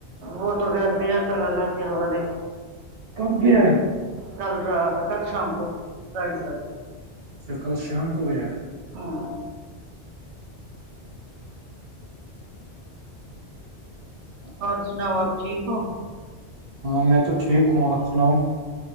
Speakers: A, on the right; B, on the right.
A: وہ توغیر گیا کل اللہ کے حوالے
B: کب گیا ہے
A: کل ر کل شام کو ساڑھے سات
B: تو کل شام کو گیا
A: ہوں اور سناؤ آپ ٹھیک ہو
B: ہاں میں تو ٹھیک ہوں آپ سناؤ